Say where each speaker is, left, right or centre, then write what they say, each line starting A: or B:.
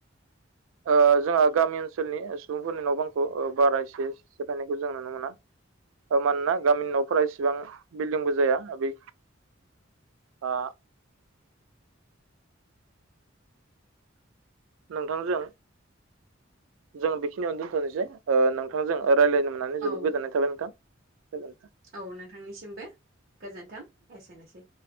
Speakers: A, on the right; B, on the right.
A: ओ जोंहा गामि ओनसोलनि सुबुंफोरनि न' बांखौ बारा एसे सेफायनायखौ जों नुनो मोना। ओ मानोना गामिनि न'फोरा एसेबां बिल्डिंबो जाया बे ओ नोंथांजों जों बेखिनियावनो दोनथनोसै नोंथांजों रायज्लायनो मोननानै जोबोद
B: औ
A: गोजोननाय थाबाय नोंथां। गोजोनथों
B: औ नोंथांनिसिम बो गोजोन्थों एसेनोसै।